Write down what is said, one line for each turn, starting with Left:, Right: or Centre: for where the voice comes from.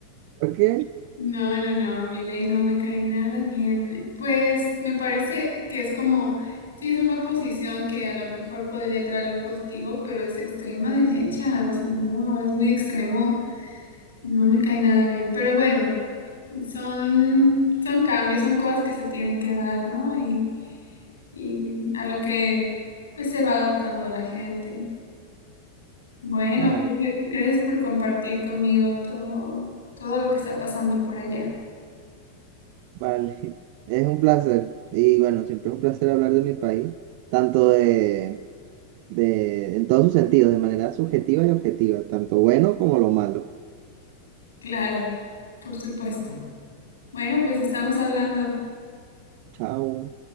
Right: ¿Por qué?
Left: No, no, no, ley no me cae nada bien. Pues me parece que es como, sí es una oposición que a lo mejor podría traer algo positivo, pero es extrema derecha. o sea, No, es muy extremo, no me cae nada bien. Pero bueno. Son, son cambios, son cosas que se tienen que dar, ¿no? Y, y a lo que pues se va adaptando la gente. Bueno,
Right: Claro,
Left: pues, gracias por compartir conmigo todo, todo lo que está pasando por allá.
Right: vale. <laughs> Es un placer. Y bueno, siempre es un placer hablar de mi país, tanto de, de, en todos sus sentidos, de manera subjetiva y objetiva, tanto bueno como lo malo.
Left: Claro, por supuesto. Bueno, pues estamos hablando.
Right: Chao.